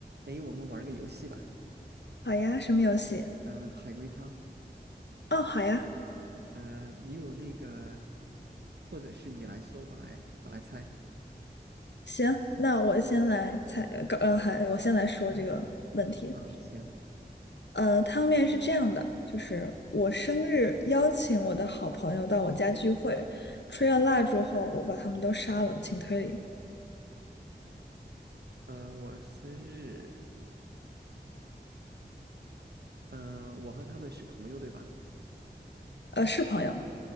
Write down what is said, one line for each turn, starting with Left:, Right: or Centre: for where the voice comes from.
Right: 哎，我们玩个游戏吧。
Left: 好呀，什么游戏？
Right: 嗯、海龟汤。
Left: 哦，好呀，
Right: 嗯、你有那个，或者是你来说，我来，我来猜。
Left: 行，那我先来猜，呃，搞呃，还我先来说这个问题。
Right: 嗯，行。
Left: 呃，汤面是这样的，就是我生日邀请我的好朋友到我家聚会，吹完蜡烛后，我把他们都杀了，请推理。
Right: 嗯、我生日。嗯、我和他们是朋友，对吧？
Left: 呃，是朋友，